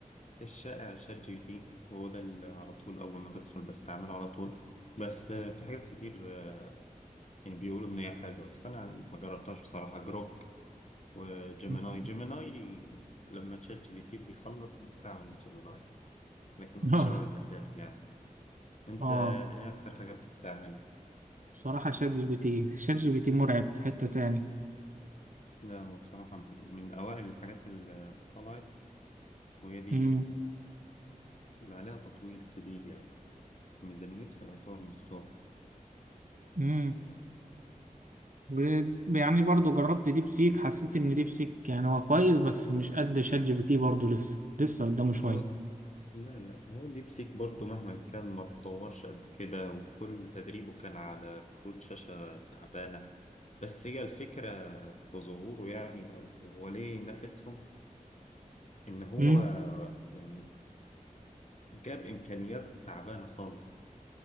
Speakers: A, on the left; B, on the right.
A: الشائع شات جي بي تي وهو ده اللي على طول أول ما بدخل بستعمله على طول بس آه، في حاجات كتير آه، يعني بيقولوا إن هي حلوة بس أنا ما جربتهاش بصراحة جروك وجيميناي
B: <laughs>
A: جيميناي لما تشات جي بي تي بيخلص بيستعمل جيميناي لكن مش
B: اه
A: هو الأساس يعني أنت
B: اه
A: إيه أكتر حاجة بتستعمل؟
B: بصراحة شات جي بي تي شات جي بي تي مرعب في حتة تاني
A: لا هو بصراحة من أوائل الحاجات اللي طلعت وهي دي
B: امم
A: اللي عليها تطويل كبير يعني ميزانيتها يعتبر مفتوح
B: امم ب- يعني برضو جربت ديب سيك حسيت ان ديب سيك يعني هو كويس بس مش قد شات جي بي تي برضو لسه لسه قدامه شوية
A: هو دي لا لا هو ديب سيك برضه مهما كان ما اتطورش قد كده وكل تدريبه كان على كروت شاشة تعبانة بس هي الفكرة في ظهوره يعني أو هو ليه نافسهم إن هو
B: امم
A: يعني جاب إمكانيات تعبانة خالص